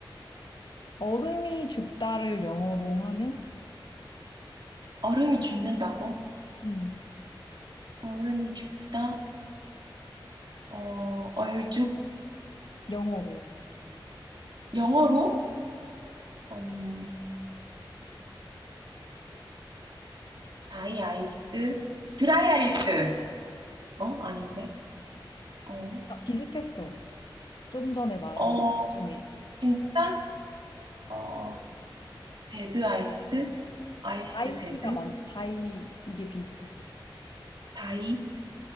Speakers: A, on the left (about 65°); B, on the right (about 65°).
A: 얼음이 죽다를 영어로 하면?
B: 얼음이 죽는다고?
A: 음,
B: 얼음이 죽다? 어, 얼죽?
A: 영어로, 영어로.
B: 영어로? 음, 다이 아이스? 드라이 아이스? 어, 아닌데? 어,
A: 아, 비슷했어. 좀 전에 말한
B: 어,
A: 답 중에
B: 진짜? 어, 데드 아이스? 아이스
A: 다이가
B: 데드?
A: 많, 다이 이게 비슷했어.
B: 다이?